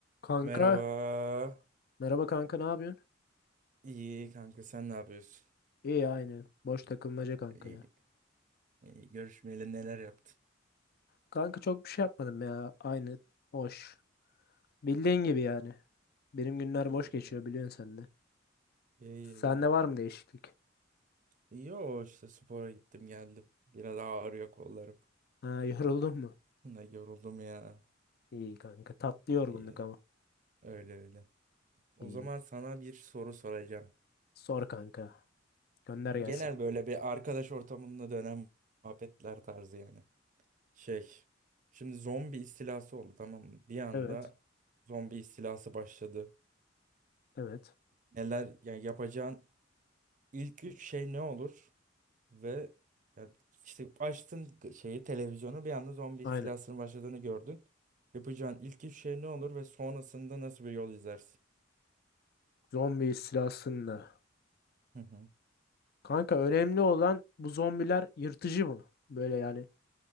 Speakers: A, on the left (about 50°); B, on the right (about 40°).
A: Kanka,
B: Merhaba.
A: merhaba kanka ne yapıyorsun?
B: İyi kanka sen ne yapıyorsun?
A: İyi aynı. Boş takılmaca kanka
B: İyi,
A: ya.
B: iyi. Görüşmeyeli neler yaptın?
A: Kanka çok bir şey yapmadım ya. Aynı boş. Bildiğin gibi yani. Benim günler
B: İyi
A: boş geçiyor
B: iyi.
A: biliyorsun sen de.
B: İyi iyi.
A: Sende var mı değişiklik?
B: iyi. Yo işte spora gittim geldim. Biraz ağrıyor kollarım.
A: Ha <laughs> yoruldun mu?
B: Ne yoruldum ya.
A: İyi kanka. Tatlı yorgunluk
B: İyi.
A: ama.
B: Öyle öyle. O
A: İyi.
B: zaman sana bir soru soracağım.
A: Sor kanka. Gönder gelsin.
B: Genel böyle bir arkadaş ortamında dönen muhabbetler tarzı yani. Şey. Şimdi zombi istilası oldu tamam mı? Bir anda
A: Evet.
B: zombi istilası başladı.
A: Evet.
B: Neler yani yapacağın İlk üç şey ne olur? Ve ya işte açtın şeyi televizyonu bir anda zombi istilasının
A: Aynen.
B: başladığını gördün. Yapacağın ilk üç şey ne olur ve sonrasında nasıl bir yol izlersin?
A: Zombi istilasında.
B: Hı hı.
A: Kanka önemli olan bu zombiler yırtıcı mı? Böyle yani